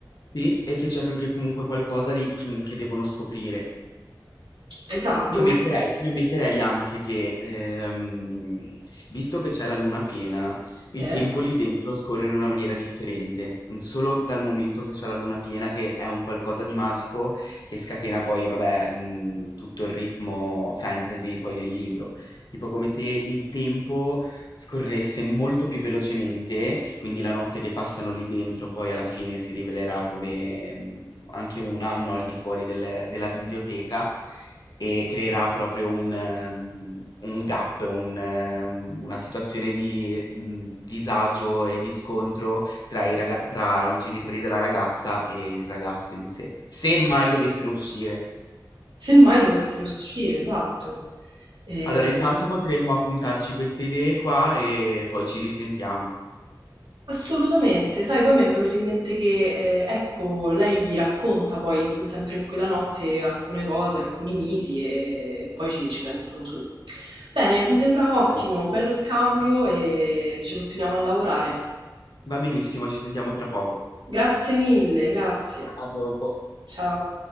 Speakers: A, on the left; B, on the right.
A: Sì, e che c'è anche comunque qualcosa di mhmm, che devono scoprire.
B: Esatto,
A: Io metterei
B: e-
A: io metterei anche che, ehm, visto che c'è la luna piena, il
B: eh,
A: tempo lì dentro scorre in una maniera differente, mhmm, solo dal momento che c'è la luna piena che è un qualcosa di magico, che scatena poi vabbè, mhmm, tutto il ritmo fantasy poi del libro. Tipo come se il tempo scorresse molto più velocemente, quindi la notte che passano lì dentro poi alla fine si rivelerà come, mhmm, anche un anno al di fuori del della biblioteca e creerà proprio un mhmm, un gap, un eh, un una situazione di, mhmm, disagio e di scontro tra i raga tra i genitori della ragazza e il ragazzo in sé, se mai dovessero uscire.
B: semmai dovessero uscire, esatto. Eh,
A: Allora intanto potremmo appuntarci queste idee qua e poi ci risentiamo.
B: Assolutamente, sai, poi mi è venuto in mente che, eh, ecco, lei gli racconta poi, in- sempre in quella notte, alcune cose, alcuni miti e poi ci, ci pensano su. Bene, mi sembra ottimo,
A: Dai.
B: bello scambio e ci continuiamo a lavorare.
A: Va benissimo, ci sentiamo tra poco.
B: Grazie mille, grazie.
A: A dopo.
B: Ciao.